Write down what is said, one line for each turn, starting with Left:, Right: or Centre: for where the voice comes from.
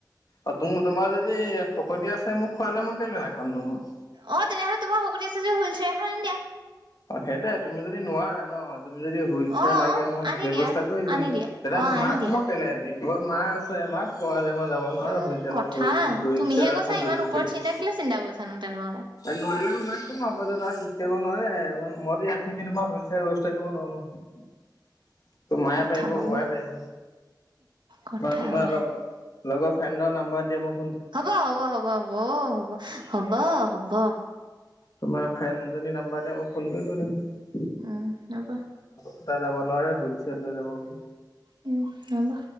Left: অ তুম, তোমাৰ যদি শকতি আছে মোক খোৱালে মই কেলে নাখাম ত মই।
Right: অ তেনেহ'লে তোমাৰ শকতি আছে যদি হুইল চেয়াৰ এখন আনি দিয়া।
Left: অ সেইটে তুমি যদি নোৱাৰা ন তুমি যদি হইল চিয়াৰ
Right: অ
Left: লাগে।
Right: অ
Left: মই
Right: আনি
Left: ব্যয়ৱস্থা
Right: দিয়া
Left: কৰি দিম
Right: আনি দিয়া
Left: তেতিয়া
Right: অ আনি
Left: মাক
Right: দিয়া।
Left: মই কেলে আ দিম। ঘৰত মা আছে মাক কোৱা যায়। ই যাব নোৱাৰো।
Right: অ
Left: হইল
Right: কথা তুমিহে
Left: ছিয়াৰ
Right: কৈছা
Left: এখন
Right: ইমান
Left: যোগাৰ
Right: ওপৰত
Left: কৰিলে
Right: চিন্তা কেলে চিন্তা কৰিছানো তেনেহ'লে।
Left: নোৱাৰিলে মই মাছ কম আকৌ যে তাত খোজ ককাঢ়িব নোৱাৰে মইতো ইয় <unintelligible> সে তোমাৰ শৈল চাৰ ব ব্যৱস্থা কৰিব নোৱাৰো নো <unintelligible> ত মায়ে
Right: কথা
Left: পাৰিব
Right: কব
Left: ববাই পাৰিব
Right: কথা
Left: বা তোমাৰ
Right: কব।
Left: লগ লগৰ ফ্ৰেণ্ডৰ নাম্বাৰ দিয়ে মোক।
Right: হ'ব হ'ব হ'ব হ'ব হ'ব হ'ব হব
Left: তোমাৰ ফ্ৰেণ্ড এজনী নাম্বাৰ দিয়া। মই ফোন কৰিব লাগিব।
Right: উম। হব
Left: এটা যাব নোৱাৰে হুইল চেল লৈ যাব বুলি।
Right: উম হ'ব।